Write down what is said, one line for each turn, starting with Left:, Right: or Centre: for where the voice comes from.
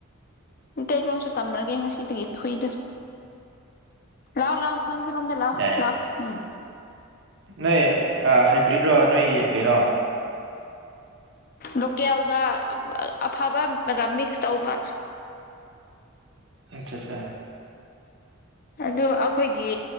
Left: ꯃꯩꯇꯩꯂꯣꯟꯁꯨ ꯇꯝꯔꯒꯦ ꯉꯁꯤꯗꯒꯤ ꯍꯨꯏꯗꯨ ꯂꯥꯎ ꯂꯥꯎ ꯅꯪꯁꯤꯔꯣꯝꯗ ꯂꯥꯎ
Right: ꯌꯥꯏ ꯌꯥꯏ
Left: ꯂꯥꯎ ꯎꯝ
Right: ꯅꯣꯏ ꯍꯥꯏꯕ꯭ꯔꯤꯠꯔꯣ ꯅꯣꯏꯒꯤ ꯀꯩꯅꯣ
Left: ꯂꯣꯀꯦꯜꯒ ꯑꯐꯕꯒ ꯃꯤꯛꯁ ꯇꯧꯕ
Right: ꯑꯆꯥ ꯆꯥꯆ <unintelligible>
Left: ꯑꯗꯨ ꯑꯈꯣꯏꯒꯤ